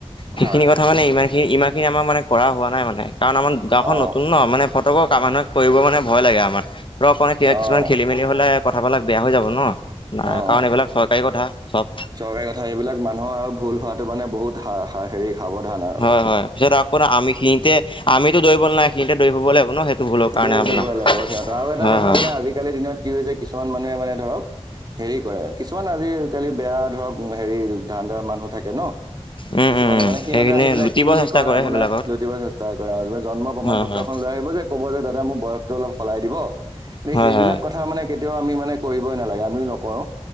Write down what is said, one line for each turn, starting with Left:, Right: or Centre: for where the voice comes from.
Left: সেইখিনি
Right: হয় হয়
Left: কথা মানে ইমান খিনি ইমান খিনি আমাৰ মানে কৰা হোৱা নাই মানে কাৰণ আমাৰ গাঁওখন
Right: অ
Left: নতুন ন মানে ফটক মানুহে কৰিব মানে ভয় লাগে আমাৰ ধৰক
Right: অ অ
Left: কিছুমান খেলি মেলি হলে কথাফালাক বেয়া হৈ যাব ন। নাই
Right: অ
Left: কাৰণ এইবিলাক চৰকাৰী কথা চব
Right: চৰকাৰী কথা এইবিলাক মানুহৰ আৰু ভুল হোৱাটো মানে বহুত হা হা হেৰি সাৱধান আ
Left: হয় হয় পিছত আকৌ এটা আমি সিহঁতে আমিতো দৌৰিব নেলাগে সিহঁতে দৌৰি ফুৰিব লাগিব ন ভুলৰ কাৰণে
Right: দৌৰি
Left: আপোনাৰ
Right: ফুৰিব লাগিব সিহঁতে আৰু এটা
Left: হয়
Right: কথা
Left: হয়
Right: মানে আজিকালিৰ দিনত কি হৈছে কিছুমান মানুহে মানে ধৰক হেৰি কৰে কিছুমান আজি কালি বেয়া ধৰক হেৰি ধান্দা মানুহ থাকে ন
Left: উম
Right: কিছুমানে
Left: উম উম
Right: মানে সিহঁতে
Left: সেইখিনি
Right: আহি পেলাই
Left: লুটিব
Right: কি বুলি
Left: চেষ্টা
Right: কয়
Left: কৰে
Right: আপোনাৰ
Left: সেইবিলাকত
Right: লোতিব চেষ্টা কৰে আৰু জন্ম প্ৰমাণ
Left: হয়
Right: পত্ৰখন
Left: হয়
Right: লৈ আহিব যে ক'ব যে দাদা মোৰ বয়সটো অলপ সলাই দিব
Left: হয়
Right: সেইবিলাক
Left: হয়
Right: কথা মানে কেতিয়াও আমি মানে কৰিবই নালাগে আমিও নকৰো